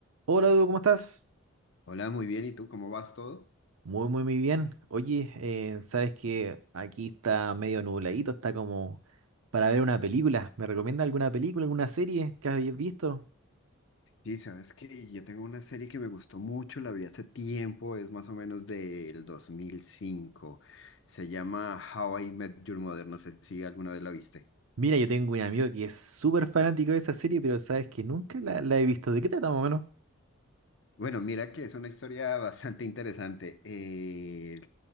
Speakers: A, on the right; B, on the left.
A: Hola, Dudu, ¿cómo estás?
B: Hola, muy bien. ¿Y tú cómo vas todo?
A: Muy, muy, muy bien. Oye, eh, sabes que aquí está medio nubladito, está como para ver una película. ¿Me recomienda alguna película, alguna serie que hayas visto?
B: Sí, sabes que yo tengo una serie que me gustó mucho, la vi hace tiempo, es más o menos del 2005. Se llama How I Met Your Mother, no sé si alguna vez la viste.
A: Mira, yo tengo un amigo que es súper fanático de esa serie, pero sabes que nunca la, la he visto. ¿De qué trata más o menos?
B: Bueno, mira que es una historia <laughs> bastante interesante. Eh,